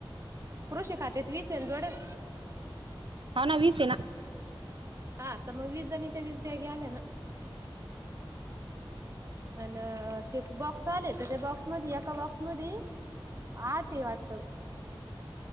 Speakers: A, on the right (about 35°); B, on the right (about 70°).
A: कृषी खात्यात वीस येन जोडेल
B: तना वीसे आहे ना
A: हा तर मग वीस जणीच्या वीस बॅगी आल्या ना अनं ते बॉक्स आलेत ते बॉक्स. मग एका बॉक्स मधी आठ आहे वाटत